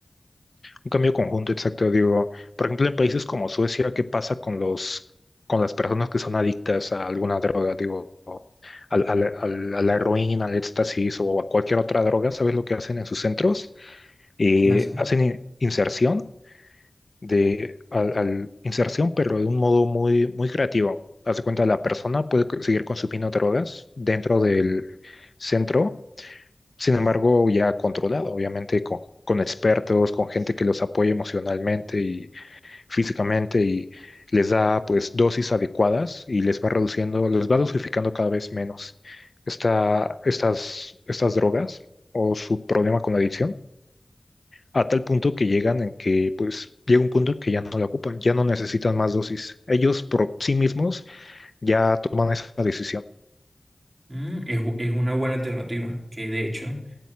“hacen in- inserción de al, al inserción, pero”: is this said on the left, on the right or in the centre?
Left